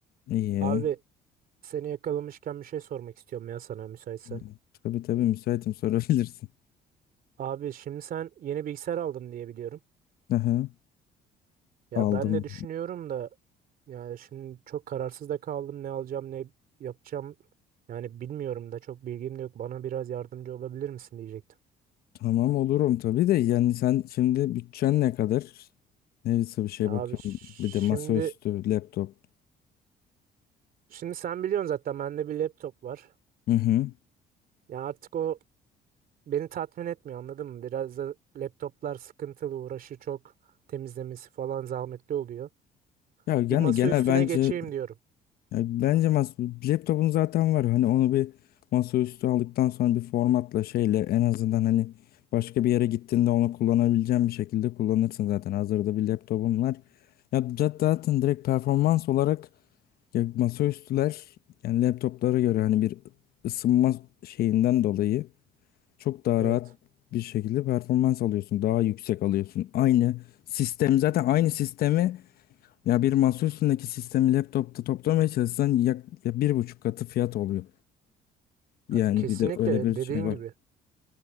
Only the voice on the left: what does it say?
İyi.
Hı. Tabii tabii müsaitim <laughs> sorabilirsin.
Hı hı.
Aldım.
Tamam olurum tabii de yani sen şimdi bütçen ne kadar? Neyse bir şey
bakıyorum.
Bir de masaüstü, laptop.
Hı hı.
Ya
yani
genel
bence
Ya bence mas- laptopun zaten var. Hani onu bir masaüstü aldıktan sonra bir formatla şeyle en azından hani başka bir yere gittiğinde onu kullanabileceğin bir şekilde kullanırsın zaten. Hazırda bir laptopun var. Ya za- zaten direkt performans olarak ya masaüstüler yani laptoplara göre hani bir ısınma şeyinden dolayı çok daha
rahat bir şekilde performans alıyorsun. Daha yüksek alıyorsun. Aynı sistem zaten aynı sistemi ya bir masa üstündeki sistemi laptopta toplamaya çalışsan yak, ya bir buçuk katı fiyat oluyor. Yani
bir de öyle bir şey
var.